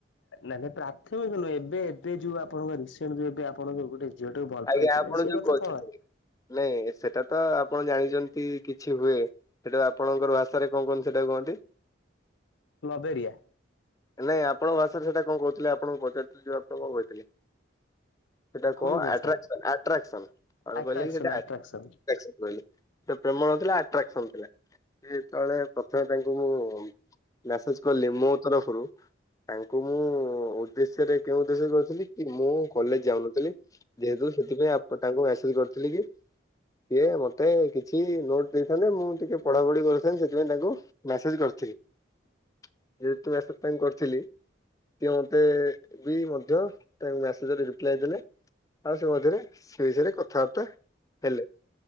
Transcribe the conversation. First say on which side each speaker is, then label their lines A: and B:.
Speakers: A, on the left; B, on the left.
A: ନାଇ ନାଇଁ ପ୍ରାଥମିକ ନୁହେଁ, ଏବେ ଏବେ ଯୋଉ ଆପଣଙ୍କ ରିସେଣ୍ଟ ଯୋଉ, ଏବେ ଆପଣ ଯୋଉ ଗୋଟେ ଝିଟାକୁ ଭଲ
B: ଆଜ୍ଞା
A: ପାଇଥିଲେ,
B: ଆପଣ
A: ସେଇ
B: ଯୋଉ
A: କଥା
B: କହୁଥିଲେ
A: କଣ ହେଲା?
B: ନାଇଁ, ସେଟା ତ ଆପଣ ଜାଣିଛନ୍ତି କିଛି ହୁଏ। ସେଇଟାକୁ ଆପଣଙ୍କର ଭାଷାରେ କଣ କୁହନ୍ତି, ସେଟା କୁହନ୍ତି?
A: ଲବେରିଆ।
B: ନାଇଁ, ଆପଣ ଭାଷାରେ ସେଇଟା କଣ କହୁଥିଲେ? ଆପଣଙ୍କୁ, ପଚାରୁଥିଲି ଯଉ ଆପଣ କଣ କହିଥିଲେ? ସେଟା କଣ
A: କୋଉ କଥା
B: ଆଟ୍ରାକ୍ସନ! ଆଟ୍ରାକ୍ସନ! କଣ
A: ଆଟ୍ରାକ୍ସନ
B: କହିଲେ କି ସେଇଟା ଆଟ୍
A: ଆଟ୍ରାକ୍ସନ।
B: ରାକ୍ସନ। ବଇଲି ପ୍ରେମ ନଥିଲା। ଆଟ୍ରାକ୍ସନ ଥିଲା, ଏତଳେ ପ୍ରଥମେ ତାଙ୍କୁ ମୁଁ, ମ୍ୟାସେଜ୍ କଲି ମୋ ତରଫରୁ। ତାଙ୍କୁ ମୁଁ ଉଦ୍ଦେଶ୍ୟରେ, କେଉଁ ଉଦ୍ଦେଶ୍ୟରେ କହିଥିଲି? କି ମୁଁ କଲେଜ ଯାଉନଥିଲି। ଯେହେତୁ ସେଥିପାଇଁ ଆପ୍ ତାଙ୍କୁ ମେସେଜ କରିଥିଲି କି ସିଏ ମତେ କିଛି ନୋଟ୍ ଦେଇଥାନ୍ତେ, ମୁଁ ଟିକେ ପଢାପଢି କରିଥାନ୍ତେ। ସେଥିପାଇଁ ତାଙ୍କୁ ମ୍ୟାସେଜ୍ କରିଥିଲି। ଯେହେତୁ ମ୍ୟାସେ ତାଙ୍କୁ କରିଥିଲି ସିଏ ମୋତେ ବି ମଧ୍ୟ, ତାଙ୍କ ମ୍ୟାସେଜରେ ରିପ୍ଲାଏ ଦେଲେ। ଆଉ, ସେ ମଝିରେ ସେ ବିଷୟରେ କଥାବାର୍ତ୍ତା ହେଲେ।